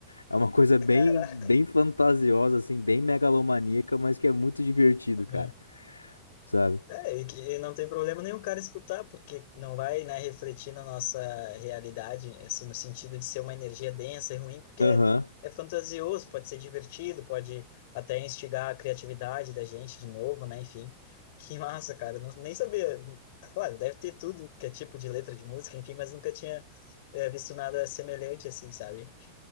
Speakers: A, on the left; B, on the left.
A: É uma coisa
B: Caraca.
A: bem, bem fantasiosa, assim, bem megalomaníaca, mas que é muito divertido,
B: Uhum.
A: cara. Sabe?
B: É, e que e não tem problema nenhum o cara escutar, porque não vai, né, refletir na nossa realidade, assim, no sentido de ser uma energia densa e ruim, porque
A: Aham.
B: é, é fantasioso, pode ser divertido, pode até instigar a criatividade da gente de novo, né, enfim. Que massa, cara, eu não, nem sabia. Claro, deve ter tudo que é tipo de letra de música, enfim, mas nunca tinha é, visto nada semelhante assim, sabe?